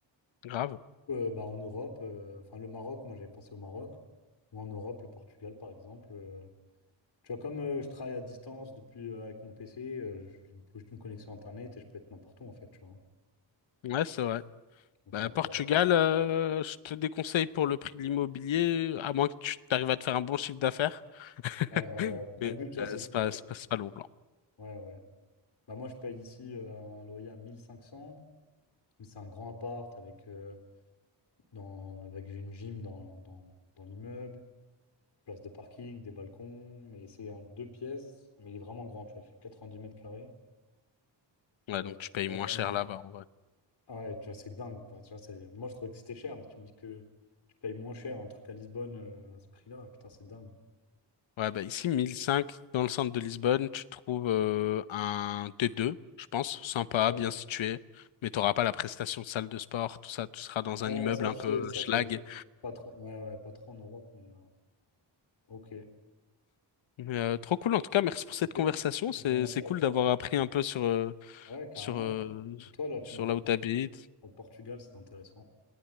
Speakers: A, on the left (about 80°); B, on the left (about 60°).
A: grave.
B: Euh, bah, en Europe, euh, enfin le Maroc, moi j'avais pensé au Maroc, ou en Europe, le Portugal, par exemple. euh. tu vois, comme euh, je travaille à distance depuis euh, avec mon PC, euh, je je me pose une connexion Internet et je peux être n'importe où, en fait, tu vois.
A: Ouais, c'est vrai.
B: Donc
A: Bah,
B: c'est un peu
A: Portugal,
B: la
A: euh, je te déconseille pour le prix de l'immobilier, à moins que tu arrives à te faire un bon chiffre d'affaires. <laughs>
B: Ouais, ouais, ouais. Bah,
A: Mais
B: le but, tu
A: euh,
B: vois, c'est
A: c'est
B: de pas
A: pas,
B: payer.
A: c'est pas, c'est pas le bon plan.
B: Ouais, ouais. Bah, moi, je paye ici euh, un loyer à mille cinq cents Mais c'est un grand appart avec, euh, dans, avec j'ai une gym dans, dans, dans l'immeuble, place de parking, des balcons. Mais c'est un deux pièces. Mais il est vraiment grand, tu vois. Il fait 90 mètres carrés.
A: Ouais,
B: Euh,
A: donc tu payes
B: là,
A: moins
B: tu...
A: cher là-bas, en vrai.
B: Ouais, tu vois, c'est dingue. quoi. tu vois, c'est... Moi, je trouvais que c'était cher, mais tu me dis que tu payes moins cher un truc à Lisbonne euh, à ce prix-là. Putain, c'est dingue.
A: Ouais, bah ici, 1005, dans le centre de Lisbonne, tu trouves euh, un T2, je pense, sympa,
B: Ouais,
A: bien situé, mais t'auras pas la prestation de salle de sport, tout ça, tu seras dans
B: Ouais,
A: un immeuble
B: ça,
A: un
B: je
A: peu
B: sais, ça,
A: euh, schlag.
B: ça existe pas trop. Ouais, ouais, pas trop en Europe, mais euh, ok.
A: Mais, euh, trop cool, en tout cas, merci pour cette
B: Ok,
A: conversation, c'est
B: Bah, merci
A: c'est cool
B: à toi.
A: d'avoir appris un peu sur, euh,
B: Ouais, carrément.
A: sur, euh,
B: Et toi, là, tu
A: sur
B: m'as conseillé
A: là où t'habites.
B: pour pour le Portugal, c'est intéressant.